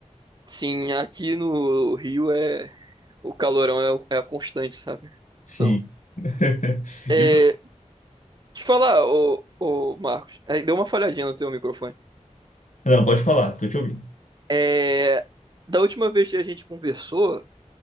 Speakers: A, on the right; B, on the left.
A: sim, aqui no Rio é o calorão é, o- é a constante, sabe?
B: Sim.
A: Então,
B: <laughs> E
A: é,
B: você?
A: te falar, ô, ô, Marcos, aí deu uma falhadinha no teu microfone.
B: Não, pode falar, tô te ouvindo.
A: É, da última vez que a gente conversou,